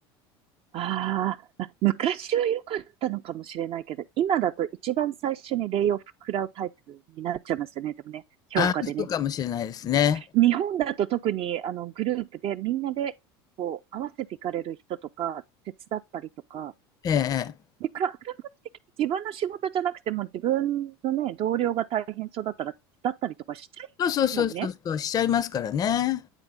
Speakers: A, on the right (about 45°); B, on the left (about 30°).
A: あーあ、昔は良かったのかもしれないけど、今だと一番最初にレイオフ食らうタイプになっちゃいますよね。でもね、評価でね。
B: ああ、そうかもしれないですね。
A: 日本だと特にあのグループでみんなでこう合わせていかれる人とか、手伝ったりとか、
B: ええ、ええ
A: で、か、感覚的に自分の仕事じゃなくても自分のね、同僚が大変そうだったら手伝ったりとかしちゃいますもんね。
B: そうそうそうそうそう、しちゃいますからね。